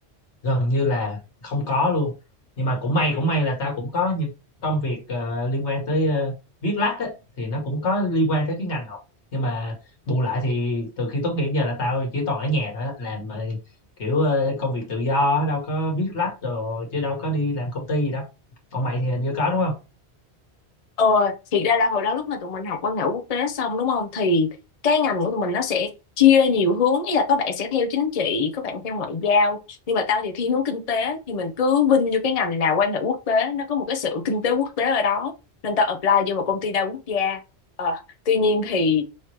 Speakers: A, on the left; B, on the left.
A: gần như là không có luôn nhưng mà cũng may cũng may là tao cũng có những công việc ờ, liên quan tới ờ, viết lách á, thì nó cũng có liên quan tới cái ngành học nhưng mà bù lại thì từ khi tốt nghiệp đến giờ là tao chỉ toàn ở nhà thôi á, làm ờ, kiểu ờ, công việc tự do đâu có viết lách đồ chứ đâu có đi làm công ty gì đâu còn mày thì hình như có đúng không
B: Ờ, thiệt ra là hồi đó lúc mà tụi mình học quan hệ quốc tế xong đúng không thì cái ngành của tụi mình nó sẽ chia nhiều hướng ý là có bạn sẽ theo chính trị có bạn theo ngoại giao nhưng mà tao thì thiên hướng kinh tế thì mình cứ vinh vô cái ngành nào quan hệ quốc tế nó có một cái sự kinh tế quốc tế ở đó nên tao apply vô một công ty đa quốc gia Ờ, tuy nhiên thì